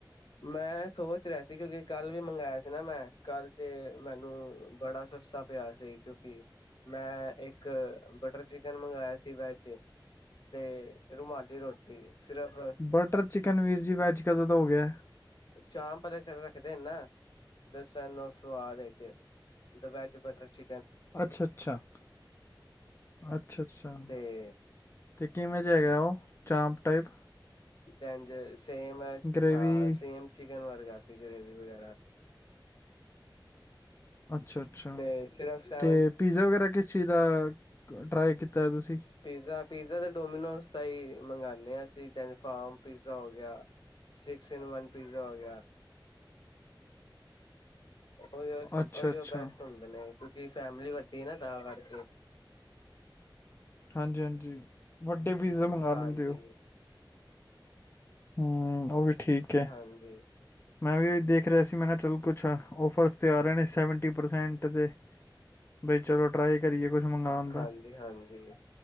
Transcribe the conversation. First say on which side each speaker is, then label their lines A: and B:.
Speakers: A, on the left (about 65°); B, on the left (about 30°).
A: ਮੈਂ ਸੋਚ ਰਿਹਾ ਸੀ, ਕਿਉਂਕਿ ਕੱਲ ਵੀ ਮੰਗਾਇਆ ਸੀ ਨਾ ਮੈਂ ਕੱਲ ਤੇ ਮੈਨੂੰ ਬੜਾ ਸਸਤਾ ਪਿਆ ਸੀ, ਕਿਉਂਕਿ ਮੈਂ ਇੱਕ ਬਟਰ ਚਿਕਨ ਮੰਗਾਇਆ ਸੀ ਵੈਜ ਤੇ ਰੁਮਾਲੀ ਰੋਟੀ ਸਿਰਫ
B: ਬਟਰ ਚਿਕਨ ਵੀਰ ਜੀ ਵੈਜ ਕਦੋਂ ਤ ਹੋ ਗਿਆ।
A: ਚਾਂਪ ਰੱਖਦੇ ਨੇ ਨਾ ਦੱਸਣ ਨੂੰ ਸਵਾਦ ਵਿੱਚ ਦ ਵੈਜ ਬਟਰ ਚ
B: ਅੱਛਾ, ਅੱਛਾ, ਅੱਛਾ, ਅੱਛਾ।
A: ਤੇ
B: ਤੇ ਕਿਵੇਂ ਜ ਹੈਗਾ ਉਹ ਚਾਂਪ ਟਾਈਪ
A: <inaudible> ਡੈਂਜਿਜ ਸੇਮ ਹੈ
B: ਗ੍ਰੇਵੀ
A: ਹਾਂ ਸੇਮ ਚੀ ਚਿਕਨ ਵਰਗਾ ਸੀ, ਗ੍ਰੇਵੀ ਵਗੈਰਾ
B: ਅੱਛਾ, ਅੱਛਾ
A: ਤੇ ਸਿਰਫ ਸੈਵਨ
B: ਤੇ ਪੀਜ਼ਾ ਵਗੈਰਾ ਕਿਛ ਤੀ ਦਾ ਟਰਾਈ ਕੀਤਾ ਹੈ ਤੁਸੀਂ
A: ਪੀਜ਼ਾ, ਪੀਜ਼ਾ ਤੇ ਡੋਮੀਨੋਸ ਦਾ ਹੀ ਮੰਗਾਲੀ। ਕਿਹਾ ਸੀ ਤੈਨੂੰ ਫਾਰਮ ਪੀਜ਼ਾ ਹੋ ਗਿਆ ਸਿਕਸ- ਇਨ- ਵਨ ਪੀਜ਼ਾ ਹੋ ਗਿਆ। ਉਹੀ ਅਸ ਉਹੀਓ
B: ਅੱਛਾ ਅੱਛਾ
A: ਬੈਸਟੋ ਹੁੰਦੇ ਨੇ ਕੀ ਫੈਮਿਲੀ ਵੱਡੀ ਨਾ ਤਾਂ ਕਰਕੇ
B: ਹਾਂਜੀ, ਹਾਂਜੀ ਵਟ ਤੇ ਪੀਜ਼ਾ ਮੰਗਵਾ
A: ਹਾਂਜੀ
B: ਲੈਂਦੇ ਉ। ਹਾਂ ਉਹ ਵੀ ਠੀਕ ਏ,
A: ਹਾਂਜੀ
B: ਮੈਂ ਵੀ ਦੇਖ ਰਿਹਾ ਸੀ ਮੈਂ ਨਾ ਚੱਲ ਕੁਛ ਔਫਰਸ ਤੇ ਆ ਰਹੇ ਨੇ ਇਸ ਸੈਵਨਟੀ ਪਰਸੈਂਟ ਦੇ ਬਈ ਚਲੋ ਟਰਾਈ ਕਰੀਏ। ਕੁਛ ਮੰਗਾਉਣ ਦਾ
A: ਹਾਂਜੀ -ਹਾਂਜੀ